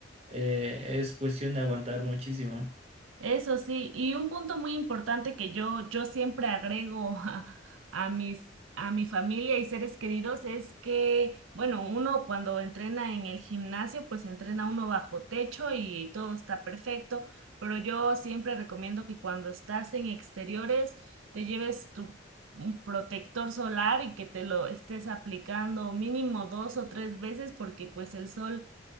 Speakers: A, on the right; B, on the right.
A: eh, es cuestión de aguantar muchísimo.
B: Eso sí, y un punto muy importante que yo, yo siempre agrego a, a mis, a mi familia y seres queridos es que, bueno, uno cuando entrena en el gimnasio, pues entrena uno bajo techo y todo está perfecto, pero yo siempre recomiendo que cuando estás en exteriores te lleves tu un protector solar y que te lo estés aplicando mínimo dos o tres veces porque pues el sol